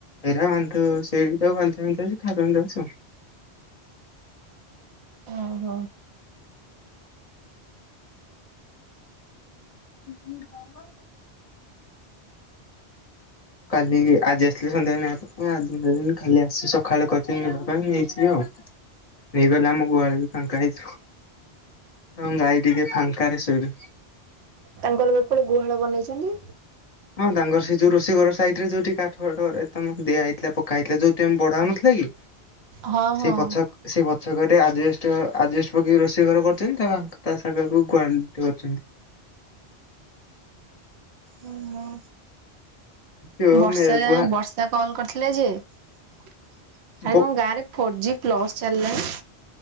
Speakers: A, on the left; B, on the right.
A: ଏଇରା ବାନ୍ଧୁ ସେଇ ବି ତ ବାନ୍ଧିଦୋଉଛୁ ଖାଇବା ପାଇଁ ଦୋଉଛୁ।
B: ଓ ହୋ।
A: ମୁ ବାବା କାଲି ଆଜି ଆସିଥିଲେ ସନ୍ଧ୍ୟାାବେଳେ ନେବା ପାଇଁ ଆଜି ନେଲେନି କାଲି ଆସି ସଖାଳେ କହିଚନ୍ତି ନେବା ପାଇଁ ନେଇଯିବେ ଆଉ ନେଇ ଗଲେ ଆମ ଗୁଳ ବି ଫାଙ୍କା ହେଇଯିବ। ଏବଂ ଗାଈ ଟିକେ ଫାଙ୍କାରେଶୋଇଵେ।
B: ତାଙ୍କର ଏପଟେ ଗୁହାଳ ବନେଇଛନ୍ତି।
A: ହଁ ତାାଙ୍ଗର ସେ ଯୋଉ ରୋଷ ଘର ସାଇଟ୍ ରେ ଯୋଉଠିାକାଠଫାଟରେ ତମର ଦିଆ ହେଇଥିଲା ପକା ହେଇଥିଲା ଯଉି ଆମେ ବଢାଉ ନଥିଲା କି?
B: ହଁ ହଁ।
A: ସେଇ ପଛ। ସେ ପଛକରେ ଆଜବେଷ୍ଟଘର ଆଜବେଷ୍ଟ ପକେଇି ରୋଷେଇ ଘର କରୁଛନ୍ତି ତା ସାାଗକୁ କ୍ୱ କରୁଛନ୍ତି।
B: ହୁଁ ହୁଁ।
A: ଯୋଉ
B: ବର୍ଷା
A: ମେ
B: ଯାଏ
A: ଗୁହା
B: ବର୍ଷ ତା କଲ୍ କରିଥିଲେ ଯେ ଆରେ
A: ବ
B: କଣ ଗାଁରେ ଫୋର ଜି ପ୍ଲସ ଚାଲିଗଲାଣି।